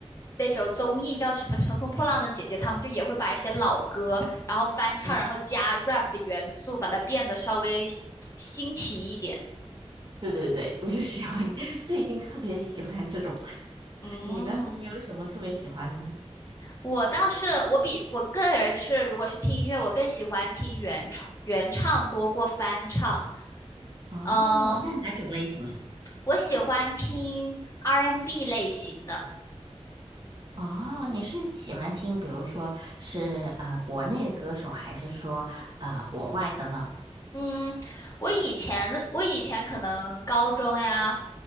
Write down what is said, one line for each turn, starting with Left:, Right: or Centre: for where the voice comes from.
Left: 那种综艺叫什么《乘风破浪的姐姐》，他们就也会把一些老歌，然后翻唱，
Right: 嗯，
Left: 然后加 rap 的元素，把它变得稍微新奇一点。
Right: 对对对，我就喜欢，<laughs> 最近特别喜欢这种。
Left: 嗯
Right: <laughs> 你呢？你有什么特别喜欢的吗？
Left: 我倒是我比我个人是，如果是听音乐，我更喜欢听原创原唱多过翻唱。
Right: 哦，
Left: 嗯，
Right: 那哪种类型啊？
Left: 我喜欢听 R&B n 类型的。
Right: 哦，你是喜欢听，比如说是呃国内的歌手，还是说呃国外的呢？
Left: 嗯，我以前的我以前可能高中呀